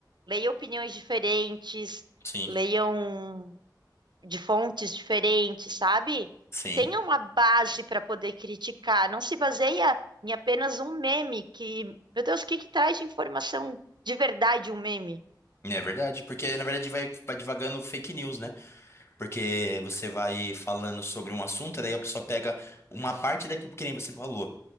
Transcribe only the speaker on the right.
Leiam opiniões diferentes,
leiam de fontes diferentes, sabe?
Tenha uma base para poder criticar. Não se baseia em apenas um meme que, meu Deus, o que que traz de informação de verdade um meme?